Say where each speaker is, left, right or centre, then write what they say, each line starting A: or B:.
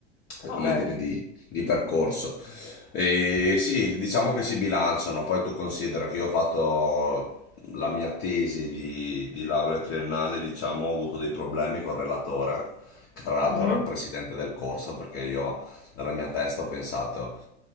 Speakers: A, on the left; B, on the left.
A: Va
B: come
A: bene.
B: dire, di, di percorso. E sì, diciamo che si bilanciano, poi tu considera che io ho fatto la mia tesi di, di laurea triennale, diciamo, ho avuto dei problemi col relatore, che tra l'altro
A: Mh-mh.
B: era il presidente del corso, perché io nella mia testa ho pensato